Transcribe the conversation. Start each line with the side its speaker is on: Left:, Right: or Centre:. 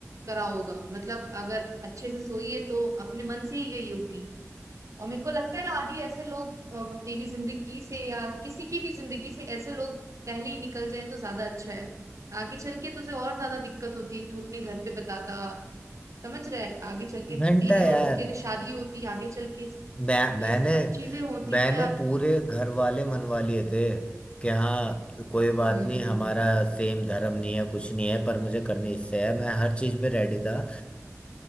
Right: करा होगा मतलब अगर अच्छे से सोई है तो अपने मन से ही गई होगी और मेरे को लगता है ना आदि ऐसे लोग अ, मतलब तेरी जिंदगी से या किसी की भी जिंदगी से ऐसे लोग पहले ही निकल जाएं तो ज्यादा अच्छा है आगे चल के तुझे और ज्यादा दिक्कत होती तू अपने घर पे बताता समझ रहे आगे चल के तेरी
Left: घंटा यार
Right: और उसकी अगर शादी होती आगे चल के
Left: मैं मैंने
Right: ये सब चीजें होती
Left: मैंने
Right: तो यार
Left: पूरे घर वाले मनवा लिए थे कि हाँ कोई बात
Right: हम्म
Left: नहीं
Right: हम्म
Left: हमारा सेम धर्म नहीं है कुछ नहीं है पर मुझे करनी इससे है मैं हर चीज में रेडी था